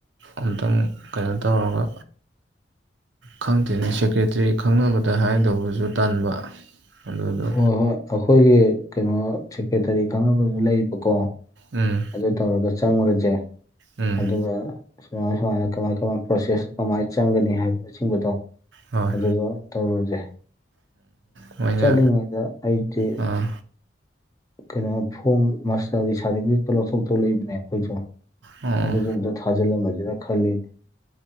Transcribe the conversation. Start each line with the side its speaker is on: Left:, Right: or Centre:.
Right: ꯑꯝꯇꯪ ꯀꯩꯅꯣ ꯇꯧꯔꯒ ꯈꯪꯗꯦꯅꯦ ꯁꯦꯀ꯭ꯔꯦꯇ꯭ꯔꯤ ꯈꯪꯅꯕꯗ ꯍꯥꯏꯗꯧꯕꯗꯁꯨ ꯇꯟꯕ ꯑꯗꯨꯗꯣ
Left: ꯍꯣꯏ ꯍꯣꯏ ꯑꯩꯈꯣꯏꯒꯤ ꯀꯩꯅꯣ ꯁꯦꯀ꯭ꯔꯦꯇꯔꯤ ꯈꯪꯅꯕꯗꯨ ꯂꯩꯕꯀꯣ
Right: ꯎꯝ
Left: ꯑꯗꯨ ꯇꯧꯔꯒ ꯆꯪꯉꯨꯔꯁꯦ
Right: ꯎꯝ
Left: ꯑꯗꯨꯒ ꯁꯨꯃꯥꯏꯅ ꯁꯨꯃꯥꯏꯅ ꯀꯃꯥꯏ ꯀꯃꯥꯏꯅ ꯄ꯭ꯔꯣꯁꯦꯁꯇ ꯀꯃꯥꯏꯅ ꯆꯪꯒꯅꯤ ꯍꯥꯏꯕꯅ ꯆꯤꯡꯕꯗꯣ
Right: ꯍꯣꯏ
Left: ꯑꯗꯨꯗ ꯇꯧꯔꯨꯁꯦ
Right: ꯎꯝ ꯃꯣꯏꯅ
Left: ꯆꯂꯤꯉꯗ ꯑꯩꯗꯤ
Right: ꯑꯥ
Left: ꯀꯩꯅꯣ ꯐꫭꯝ ꯃꯁꯇꯒꯤ ꯁꯥꯔꯇꯤꯐꯤꯀ ꯂꯧꯊꯣꯛꯇ ꯂꯩꯕꯅꯦ ꯑꯩꯈꯣꯏꯁꯨ
Right: ꯑꯣ
Left: ꯑꯗꯨꯁꯨ ꯑꯝ ꯊꯥꯖꯤꯜꯂꯝꯃꯁꯤꯔꯥ ꯈꯜꯂꯤꯅꯤ